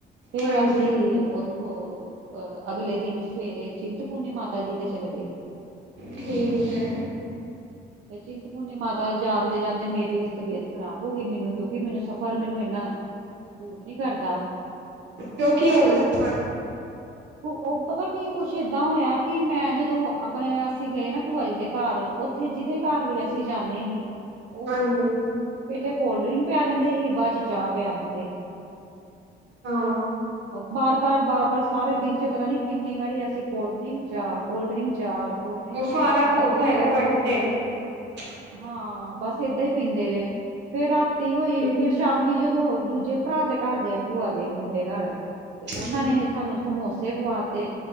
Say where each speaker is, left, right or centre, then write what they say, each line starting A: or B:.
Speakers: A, on the right (about 85°); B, on the right (about 65°).
A: ਫੇਰ
B: ਹਾਂਜੀ
A: ਅਸੀਂ ਓ ਹੋ ਅ ਅਗਲੇ ਦਿਨ ਸਵੇਰੇ ਚਿੰਤਪੂਰਨੀ ਮਾਤਾ ਜੀ ਦੇ ਚਲੇ ਗਏ।
B: ਠੀਕ ਐ।
A: ਫ ਚਿੰਤ ਭੁੰਨਿ ਮਾਤਾ ਜਾਣਦੇ ਜਾਂਦੇ ਮੇਰੀ ਤਬੀਅਤ ਖ਼ਰਾਬ ਹੋ ਗਈ ਮੈਨੂੰ ਕਿਉਂਕਿ ਮੈਨੂੰ ਸਫ਼ਰ ਮੈਨੂੰ ਇਨਾਠੀਕ ਆ, ਵਧੀਆ ਗੱਲ ਹੈ, ਹੈ ਨਾ ਸੂਟ ਨੀ ਕਰਦਾ
B: ਕਿਉਂ ਕੀ ਹੋ ਗਿਆ ਸੀ ਤੁਹਾਨੂੰ
A: ਉੱਦਾਂ ਕੀ ਕੁਝ ਐਦਾਂ ਹੋਇਆ ਸੀ ਕਿ ਮੈਂ ਜਦੋਂ ਆਪਣੇ ਅਸੀਂ ਗਏ ਨਾ ਭੂਆ ਜੀ ਦੇ ਘਰ ਉੱਥੇ ਜਿਹਦੇ ਘਰ ਵੀ ਅਸੀਂ ਜਾਂਦੇ ਸੀ ਉਹ
B: ਹਾਂਜੀ
A: ਪਹਿਲੇ ਕੋਲਡ ਡਰਿੰਕ ਪਿਆ ਦਿੰਦੇ ਹੀ ਬਾਦ ਚ ਚਾਹ ਪਿਆ ਦਿੰਦੇ।
B: ਹਾਂ
A: ਬਾਰ-ਬਾਰ-ਬਾਰ-ਬਾਰ ਸਾਰੇ ਦਿਨ ਚ ਪਤਾ ਨੀ ਕਿੰਨੀ ਵਾਰੀ ਅਸੀਂ ਕੋਲਡ ਡਰਿੰਕ ਚਾਹ ਕੋਲਡ ਡਰਿੰਕ ਚਾਹ ਕੋਲਡ ਡਰਿੰਕ
B: ਉਹ ਸਾਰਾ
A: ਚਾਹ ਏਦਾਂ
B: ਹੋ ਹੈਗਾ <unintelligible>
A: ਹਾਂ ਬਸ ਏਦਾਂ ਈ ਪੀਂਦੇ ਰਏ ਫੇਰ ਰਾਤੀ ਹੋਈ
B: ਹਮ
A: ਫੇਰ ਸ਼ਾਮ ਵੀ ਜਦੋਂ ਦੂਜੇ ਭਰਾ ਦੇ ਘਰ ਗਏ ਭੂਆ ਦੇ ਮੁੰਡੇ ਘਰ ਤੇ
B: ਹਾਂਜੀ
A: ਓਨਾਂ ਨੇ ਸਾਨੂੰ ਸਮੋਸੇ ਖਵਾ ਤੇ